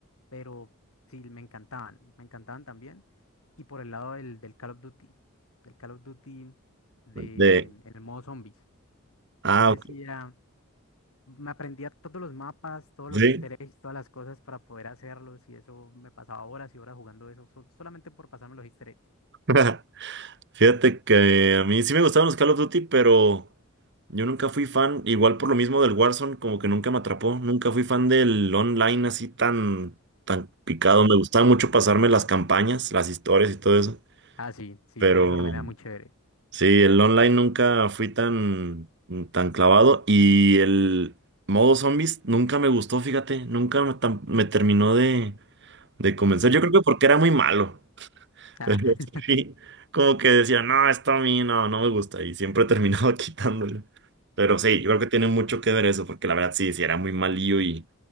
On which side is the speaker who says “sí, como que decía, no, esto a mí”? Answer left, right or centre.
Right